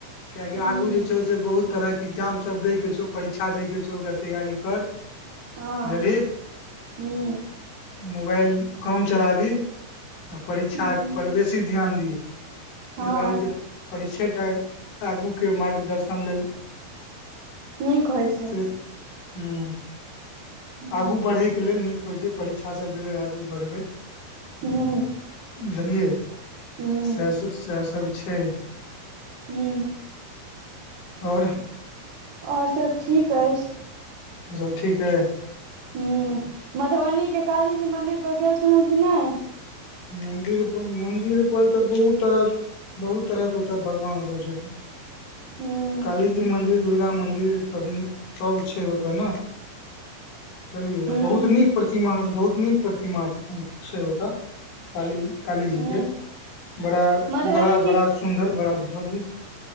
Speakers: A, on the left; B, on the right.
A: कियाकि
B: हूँ
A: आगू जे छौ से बहुत तरह के एग्जाम सब दैके छौ परीक्षा दैके छौ ओकर तैयारी कर।
B: हँ
A: बुझलही
B: हूँ
A: मोबाइल कम चलाबी आ परीक्षा
B: हूँ
A: पर बेसी ध्यान दि। तहि
B: हँ
A: दुआरे जे परीक्षाय टा आगू के मार्गदर्शन लेल
B: नीक होइ छैय।
A: से हूँ
B: हूँ
A: आगू बढ़यके लेल नीक होइ छैय परीक्षा सभ देबै आगू बढ़बै।
B: हूँ
A: बुझलियै
B: हूँ
A: सैह सब सैह सब छैय।
B: हूॅं
A: आओर
B: आओर सब ठीक अछि।
A: सब ठीक अय।
B: हूं मधुबनीके कालीजी मन्दिर पर गेल छलहुँ कि नहि?
A: मन्दिर पर मन्दिर पर तऽ बहुत तरह बहुत तरह के ओत भगवान सब छथिन।
B: हूँ
A: काली जी मंन्दिर दुर्गा मंन्दिर सब सब छैय ओत ने। कहलियै
B: हूँ
A: बहुत नीक प्रतिमा बहुत नीक प्रतिमा छैय ओतऽ काली काली जीके
B: हूँ
A: बड़ा
B: मधुबनी
A: बड़ा
B: मे
A: बड़ा सुन्दर बड़ा भव्य।